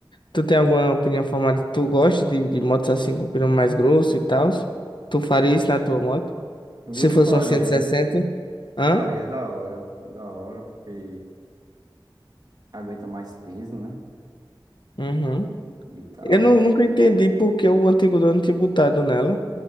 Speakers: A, on the left; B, on the right.
A: Tu tem alguma opinião formada? Tu gosta de, de motos assim com pneu mais grosso e tal? Tu faria isso na tua moto?
B: Eu
A: Se fosse
B: faria,
A: um 160?
B: né?
A: Hã?
B: Faria, é da hora. É da hora, porque aguenta mais peso, né?
A: Uhum.
B: E tal.
A: Eu nu- nunca entendi porque o antigo dono tinha botado nela.